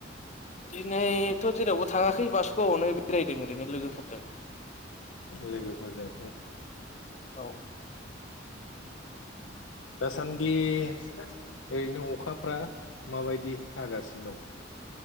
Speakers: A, on the left; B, on the left.
A: दिनै थ' जेरावबो थाङाखै बासुगावआवनो बेरायदों ओरैनो लोगोफोरजों
B: लोगोफोरजों
A: औ
B: दासान्दि ओरैनो अखाफ्रा माबायदि हागासिनो दं